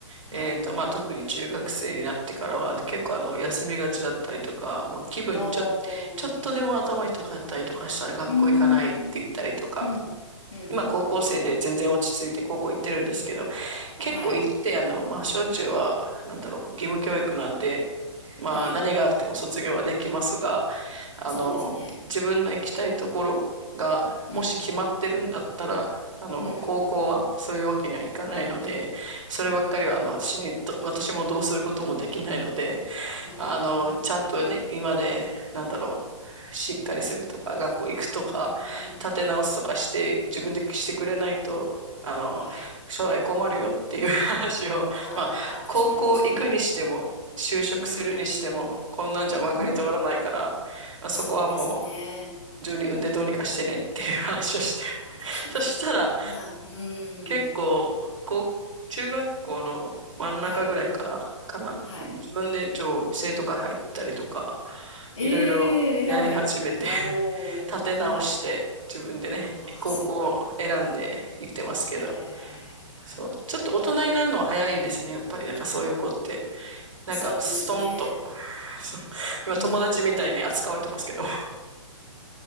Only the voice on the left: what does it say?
はい。
ああ、
うーん、うん、うん、うん、
うん、うん。
はい、
はい、
そうですね。
うん、
うん、うん、
うん、
うん、
うん、
うん、
はい。
ああ、
確かに、確かに。
うん、
うん、
そうですね。
ああ、確かに。
まあ、うん、
はい、はい。
え
え、偉い。おー、
はい。
ああ、
すごい。へえ、
あなるほど。
そうですね。
うん。